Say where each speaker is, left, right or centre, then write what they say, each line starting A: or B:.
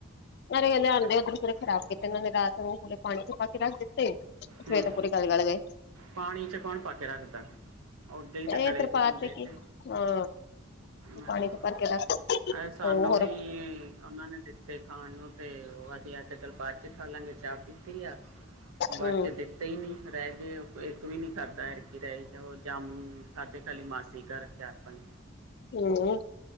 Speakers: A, on the left; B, on the right.
A: ਪੂਰੇ
B: ਹੂੰ
A: ਖਰਾਬ ਕੀਤੇ ਇਹਨਾਂ ਨੇ ਰਾਤ ਨੂੰ ਪੂਰੇ ਪਾਣੀ ਚ ਪਾ ਕੇ ਰੱਖ ਦਿੱਤੇ। ਸਵੇਰ
B: ਹੂੰ,
A: ਤੋਂ ਪੂਰੇ ਗਲ ਗਲ ਗਏ
B: ਪਾਣੀ ਚ ਕੌਣ ਪਾ ਕੇ ਰੱਖਦਾ। ਉਦੇ ਹੀ ਤੇ ਗਲੇ
A: ਇਹ ਤਰਪਾਤ
B: ਜਿਹੇ ਹੁੰਦੇ
A: ਕੀ
B: ਤੇ।
A: ਹਾਂ
B: ਹਾਂ,
A: ਪਾਣੀ ਚ ਭਰ ਕੇ ਰੱਖ
B: ਅ ਸਾਨੂੰ
A: ਹੋਰ
B: ਵੀ ਉਹਨਾਂ ਨੇ ਦਿੱਤੇ। ਖਾਣ ਨੂੰ ਤੇ ਉਹ ਅਸੀਂ ਆਖਿਆ ਚੱਲ ਬਾਅਦ ਚ ਖਾ ਲਾਂਗੇ ਚਾਹ ਪੀਤੀ ਆ ਬਾਅਦ
A: ਹੂੰ
B: ਚ, ਜੇ ਦਿੱਤੇ ਹੀ ਨਹੀਂ ਰਹਿ ਗਏ ਉਹ ਇੱਕ ਵੀ ਨਹੀਂ ਕਰਦਾ ਹੜਕੀ ਰਹਿ ਉਹ ਜਾਮੁਣ ਖਾਧੇ ਕੱਲ ਮਾਸੀ ਘਰ ਚਾਰ ਪੰਜ
A: ਹੂੰ